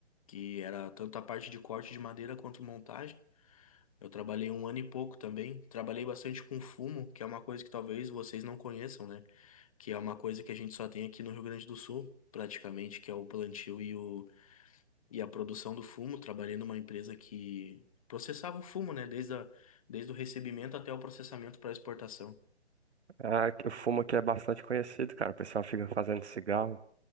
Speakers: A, on the left (about 30°); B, on the right (about 75°).
A: que era tanto a parte de corte de madeira quanto montagem. Eu trabalhei um ano e pouco também. Trabalhei bastante com fumo, que é uma coisa que talvez vocês não conheçam, né? Que é uma coisa que a gente só tem aqui no Rio Grande do Sul, praticamente, que é o plantio e o e a produção do fumo. Trabalhei numa empresa que processava o fumo, né? Desde a, desde o recebimento até o processamento para exportação.
B: Ah, que o fumo aqui é bastante conhecido, cara, o pessoal fica fazendo cigarro,